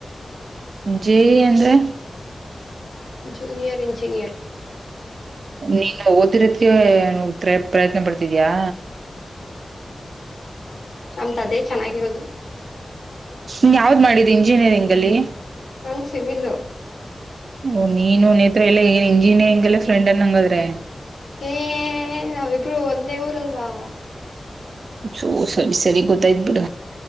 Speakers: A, on the right; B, on the left.
A: ಜೆಇ ಅಂದ್ರೆ
B: ಜೂನಿಯರ್ ಎಂಜಿನಿಯರ್
A: ನೀನು ಓದತಿರೋದಕ್ಕೆ ಪ್ರಯತ್ನ ಪಡ್ತಿನಿ ಯಾ
B: ನಮ್ದ ಅದೇ ಚೆನ್ನಾಗಿರೋದು
A: ನೀ ಯಾವ್ದ್ ಮಾಡಿದ ಇಂಜಿನಿಯರಿಂಗ್ ಅಲ್ಲಿ
B: ನನ್ ಸಿಿವಲ
A: ಓ ನೀನು ನೇತ್ರ ಎಲ್ಲ ಏನ್ ಇಂಜಿನಿಯರಿಂಗ್ಲ್ಲ ಫ್ರೆಂಡ್ ಅನ್ ಹಂಗಾದ್ರೆ
B: ಏ ನಾವಿಬ್ರು ಒಂದೇ ಊರಲ್ವಾ
A: ಸೋ ಸರಿ ಸರಿ ಗೊತ್ತಾಯ್ತ್ ಬಿಡ